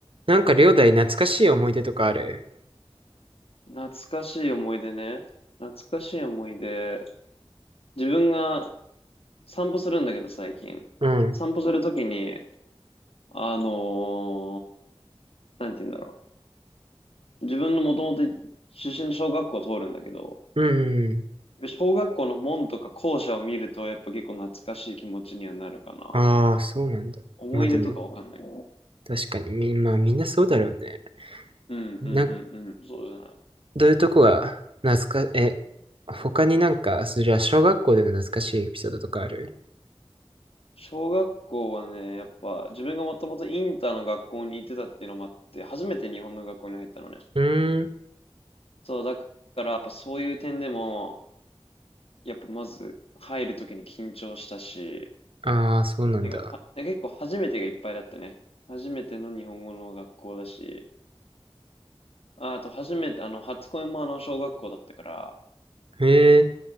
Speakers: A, on the right; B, on the left.
A: なんか、両大懐かしい思い出とかある
B: 懐かしい思い出ね。懐かしい思い出。自分が散歩するんだけど、最近。
A: うん。
B: 散歩するときに、あのーなんて言うんだろう。自分のもともと出身の小学校を通るんだけど、
A: うんうん。
B: 小学校の門とか校舎を見ると、やっぱ結構懐かしい気持ちにはなるかな。
A: ああ、そうなんだ。
B: 思い出とかわかんない。
A: まあでも、確かに、み、まあみんなそうだろうね。
B: うんうんうんうん。
A: な、
B: そうじゃない。
A: どういうとこが懐か、え、他になんか、そりゃ小学校での懐かしいエピソードとかある
B: 小学校はね、やっぱ自分がもともとインターの学校に行ってたっていうのもあって、初めて日本の学校に入ったのね。
A: うーん。
B: そう、だからやっぱそういう点でも、やっぱまず入るときに緊張したし、
A: ああ、そうなんだ。
B: なんかは、結構初めてがいっぱいだったね。初めての日本語の学校だし、あ、あと初めて、あの、初恋もあの小学校だったから、
A: へえ、